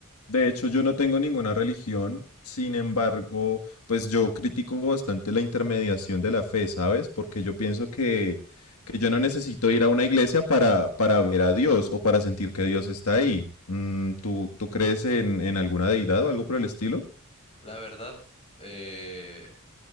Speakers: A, on the left; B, on the left.
A: de hecho yo no tengo ninguna religión. Sin embargo, pues yo critico bastante la intermediación de la fe, ¿sabes? Porque yo pienso que, que yo no necesito ir a una iglesia para, para ver a Dios o para sentir que Dios está ahí. Mm, ¿tú, tú crees en, en alguna deidad o algo por el estilo?
B: La verdad, eh,